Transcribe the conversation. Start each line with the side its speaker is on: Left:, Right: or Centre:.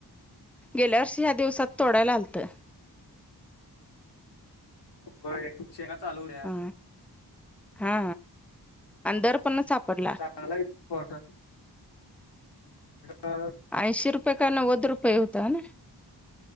Centre: गेल्यार्षी ह्या दिवसात तोडायला लालतं
Left: होय शेंगा चालू उ
Centre: हा हा अ दर पण सापडला
Left: चलापॉटं ह
Centre: ऐंशी रुपय काय वोद रुपय होत ना